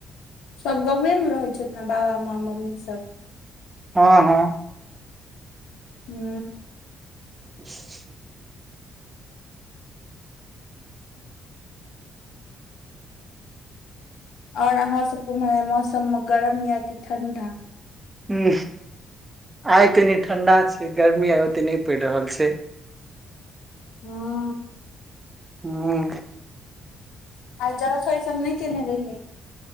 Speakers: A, on the left; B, on the right.
A: सभ गाेमे रहै छथि ने बाबा माँ मम्मी सभ
B: हँ हँ।
A: हू।
B: <unintelligible>
A: और अहाँ सभ घुमरा मौसम मे गरम या की ठंडा
B: ह आइ कनी ठंडा छै गर्मी आइ ओते नहि पड़ि रहल छै।
A: हँ।
B: हू।
A: आइ जल खा ई सभ नहि केने रहियै